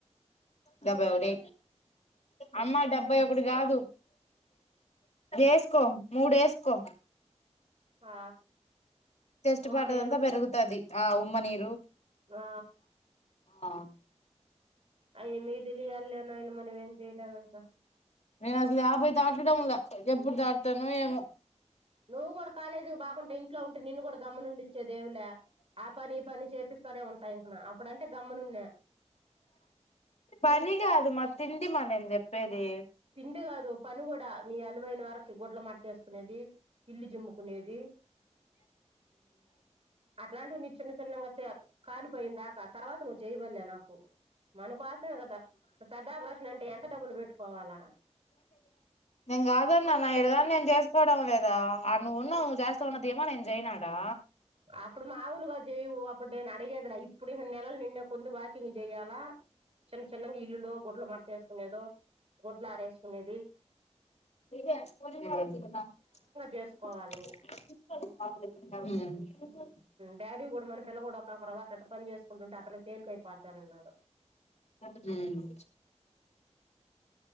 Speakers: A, on the left; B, on the right.
A: డెబ్బై ఒకటి అమ్మా డెబ్బై ఒకటి కాదు ఎస్కో మూడు ఎస్కో
B: ఆ
A: చెస్ట్
B: ఉమ్మనీరు
A: పార్ట్ ది అంతా పెరుగుతది ఆ ఉమ్మ నీరు
B: ఆ
A: ఆ
B: అవ్వి మీకు తెలియాలి లే నాయన మనం ఏం చేయలేం ఇంక
A: నేను అసలు యాభై దాటిడంలే ఎప్పుడు దాటుతానో ఏమో
B: నువ్వు కూడా కాలేజీ పొకుంటె ఇంట్లో ఉంటే నిన్ను కూడా గమనించి ఉండేది ఎమ్లె ఆ పని ఈ పని చేపిస్తానే ఉంటాయి ఇంక అప్పుడంటే గమ్మున ఉన్న
A: పనీ గాదు మా తిండి మా నేను చెప్పేది
B: తిండి కాదు పని కూడా నీ ఎనభైయిన వరకు గుడ్డలు మాడతా ఏస్కునేది ఇల్లు జిమ్ముకునేది అట్లాంటివి నీ చిన్న చిన్నంగాతే కానిపోయిందాకా తర్వాత ను వల్లే నాకు మనకోసమే కదా పెద్ద ఆపరేషన్ అంటే ఎంత డబ్బులు పెట్టుకోవాలా
A: నేను కాదన్న నా ఏలాగు నేను చేసుకోవడం లేదా ఆడ నువ్వు ఉన్నావు నువ్వు చేస్తావన్న దీమా ఏమో నేను చెయ్యనటా
B: అప్పుడు మాముూలుగా చేయవు అప్పుడు నేను అడిగేదిలా ఇప్పుడు ఇక నెలలు నిండక ముందు వాకింగ్ చెయ్య చిన్న చిన్నంగ ఇల్లులు గుడ్డలు మడతేసుకునేదో గుడ్డలు ఆరేసు కునేది
A: <unintelligible>
B: చేసుకోవాలి
A: హ్మ్
B: నువ్వు డాడీ కూడా మన పిల్ల కూడా ఒక్కవాత అట్ట పని చేసుకుంటుంటే ఆ పిల్ల కి తేలికై పోద్దని అన్నాడు
A: హ్మ్